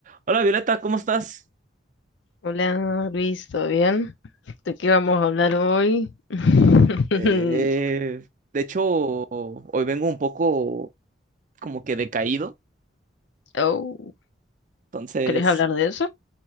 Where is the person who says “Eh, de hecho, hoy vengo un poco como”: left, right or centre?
Right